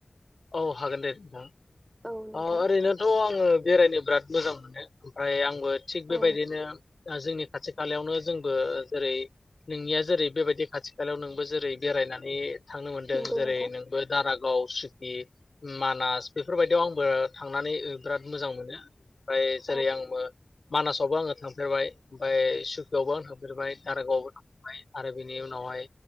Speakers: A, on the left; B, on the right.
A: औ हागोन दे नोंथां।
B: औ नोंथां
A: ओ ओरैनोथ आङो बेरायनो बिराद मोजां मोनो ओमफाय आंबो थिग बेबायदिनो
B: औ
A: दा जोंनि खाथि खालायावनो जोंबो जेरै नोंनिया जेरै बेबायदि खाथि खालायाव नोंबो जेरै बेरायनानै थांनो मोन्दों।
B: नंगौ
A: जेरै
B: नोंथां
A: नोंबो दारागाव सुकि मानास बेफोरबायदि बेयाव आंबो थांनानै ओ बिराद मोजां मोनो ओमफ्राय जेरै
B: औ
A: आंबो मानासावबो आङो थांफेरबाय ओमफाय सुकियावबो आं थांफेरबाय दारागावआवबो थांफेरबाय आरो बिनि उनावहाय